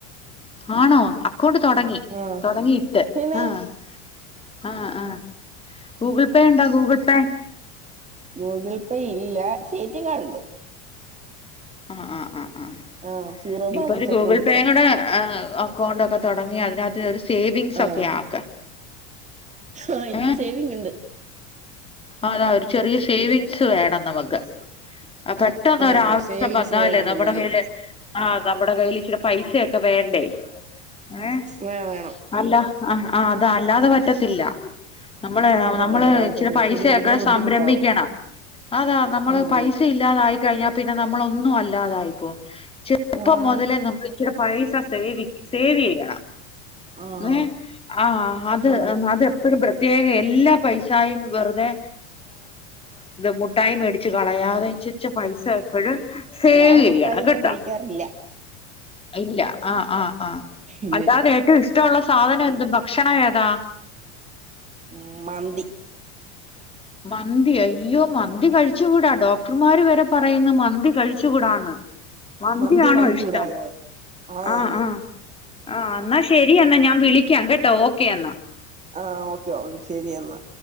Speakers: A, on the left (about 15°); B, on the right (about 20°).
A: ആണോ അക്കൗണ്ട് തുടങ്ങി
B: ആഹ്
A: തുടങ്ങിയിട്ട്
B: പിന്നെ
A: ആഹ് ആഹ് ആ ഗൂഗിൾ പേ ഉണ്ടോ ഗൂഗിൾ പേ
B: ഗൂഗിൾ പേ ഇല്ല പക്ഷെ എ ടി എം കാർഡ് ഉണ്ട്
A: ആഹ ആ ആ ആ
B: ആഹ് സീറോ
A: ഇ
B: ബാലൻസ്
A: ഇപ്പൊ ഒരു ഗൂഗിൾ
B: അക്കൗണ്ട്
A: പേ
B: തുടങ്ങി
A: കൂടെ ആ അക്കൗണ്ട് ഒക്കെ തുടങ്ങി അതിനകത്ത് ഒരു സേവിംഗസക്കെ
B: ആഹ്
A: ആക്ക
B: ആഹ് എനിക്ക്
A: ഏഹ്
B: സേവിങ് ഉണ്ട്
A: അതാ ഒരു ചെറിയ സേവിങ്സ് വേണം നമുക്ക് പെട്ടെന്നൊരാവ
B: ആഹ് സേവിങ്സ്
A: ശ്യം വന്നാൽ
B: വേണം
A: നമ്മുടെ
B: നമുക്ക്
A: മേൽ ആഹ് നമ്മുടെ കയ്യിൽ ഇച്ചിരി പൈസൊക്കെ വേണ്ടേ ഏ
B: വേണം വേണം
A: അല്ല ആ ആ അത അല്ലാതെ പറ്റത്തില്ല നമ്മള്
B: ആഹ് പറ്റത്തില്ല
A: നമ്മള്
B: പറ്റത്തില്ല
A: ചില പൈസയൊക്കെ
B: ശരി ഭയങ്കര ബുദ്ധിമുട്ടാവും
A: സംരംഭിക്കണം അതാ നമ്മള്
B: സമ്മതിക്കാൻ
A: പൈസ ഇല്ലാതായിക്കഴിഞ്ഞാ പി നമ്മള് ഒന്നും അല്ലാതായപ്പോ ചെറുപ്പം
B: ആഹ്
A: മുതലേ നമ്മക്ക് ചില പൈസ സേവിക്ക സേവ് ചെയ്യണം
B: ആഹ്
A: ഏ ആ അത്
B: ആഹ്
A: അതെപ്പോഴും പ്രത്യേക എല്ലാ പൈസായ വെറുതെ് മുട്ടായ മേടി ച്ച് കളയാതെ ഇച്ച് ഇച്ച് പൈസ എപ്പോഴും സേവ്
B: ഞാൻ
A: ചെയ്യണം,
B: മുട്ടായൊന്നും
A: കെട്ടോ
B: കഴിക്കാറില്ല
A: ഇല്ല ആ ആഹ് ആഹ്
B: ഇല്ലില്ല
A: അല്ലാതെ ഏറ്റവും ഇഷ്ടമുള്ള സാധനം എന്തും, ഭക്ഷണം ഏതാ
B: ഉം, മന്തി
A: മന്തി അയ്യോ മന്തി കഴിച്ച കൂടാ ഡോക്ടർമാര് വരെ പറയുന്നു മന്തി മന്തി കഴിച്ചുകൂടന്ന്, മന്തിയാണോ
B: മന്തി കഴിച്ചൂടായോ
A: ഇഷ്ടം
B: ആതാന്ന്
A: ആഹ ആഹ ആ എന്നാ ശരി എന്നാ ഞാൻ വിളിക്കാം കേട്ടോ ഓക്കെ എന്നാ
B: ആഹ ഓക്കെ ഓക്കെ ശെരി എന്നാ